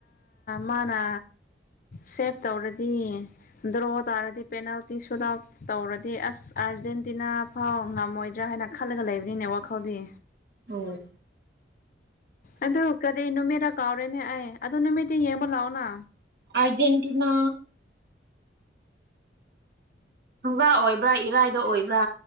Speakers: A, on the left (about 50°); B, on the right (about 60°).
A: ꯃꯥꯅ ꯁꯦꯞ ꯇꯧꯔꯗꯤ ꯗ꯭ꯔꯣ ꯇꯥꯔꯗꯤ ꯄꯦꯅꯥꯜꯇꯤ ꯁꯨꯠ ꯑꯥꯎꯠ ꯇꯧꯔꯗꯤ ꯑꯁ ꯑꯥ ꯑꯥꯔꯖꯦꯟꯇꯤꯅꯥ ꯐꯥꯎ ꯉꯝꯃꯣꯏꯗ꯭ꯔꯥ ꯍꯥꯏꯅ ꯈꯜꯂꯒ ꯂꯩꯕꯅꯤꯅꯦ ꯋꯥꯈꯜꯗꯤ
B: ꯎꯝ
A: ꯑꯗꯨ ꯀꯔꯤ ꯅꯨꯃꯤꯠꯔꯥ ꯀꯥꯎꯔꯦꯅꯦ ꯑꯩ ꯑꯗꯨ ꯅꯨꯃꯤꯠꯇꯤ ꯌꯦꯡꯕ ꯂꯥꯛꯑꯣꯅ
B: ꯑꯔꯖꯦꯟꯇꯤꯅꯥ ꯍꯪꯖꯥ ꯑꯣꯏꯕ꯭ꯔꯥ ꯏꯔꯥꯏꯗ ꯑꯣꯏꯕ꯭ꯔꯥ